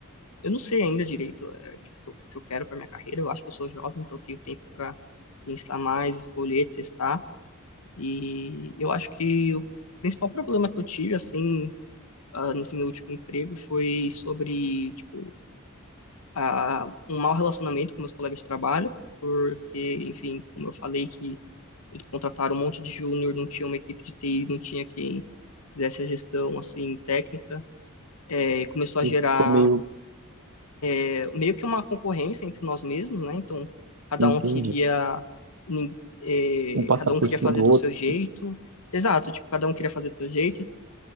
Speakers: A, on the left; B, on the right.
A: Eu não sei ainda direito é, o que, eu que eu quero para minha carreira. Eu acho que eu sou jovem, então eu tenho tempo para pensar mais, escolher, testar. E eu acho que o principal problema que eu tive, assim, ah, nesse meu último emprego foi sobre, tipo, ah, um mau relacionamento com meus colegas de trabalho, porque, enfim, como eu falei que eles contrataram um monte de júnior, não tinha uma equipe de TI, não tinha quem fizesse a gestão, assim, técnica. É, começou a
B: Ele
A: gerar
B: Ficou meio,
A: É, meio que uma concorrência entre nós mesmos, né? Então, cada
B: entendi,
A: um queria, nin- eh,
B: um passar
A: cada um
B: por
A: queria
B: cima
A: fazer
B: do
A: do
B: outro.
A: seu jeito.
B: assim.
A: Exato, tipo, cada um queria fazer do seu jeito,